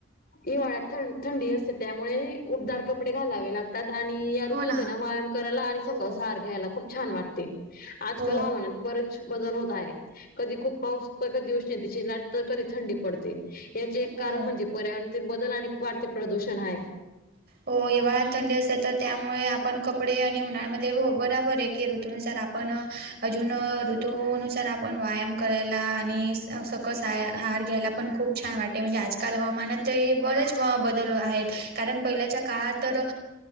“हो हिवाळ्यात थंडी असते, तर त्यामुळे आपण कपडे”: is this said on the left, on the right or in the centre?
Right